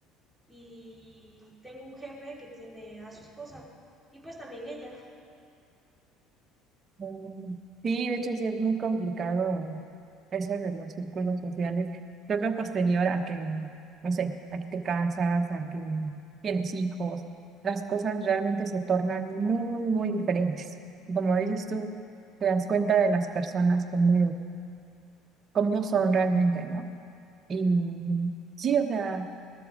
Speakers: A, in the centre; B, on the right.
A: y tengo un jefe que tiene a su esposa y pues también ella.
B: Mm, Sí, de hecho sí es muy complicado eso de los círculos sociales. Creo que posterior a que, no sé, a que te casas, a que tienes hijos, las cosas realmente se tornan muy, muy diferentes. Y como dices tú, te das cuenta de las personas cómo cómo son realmente, ¿no? Y sí, o sea,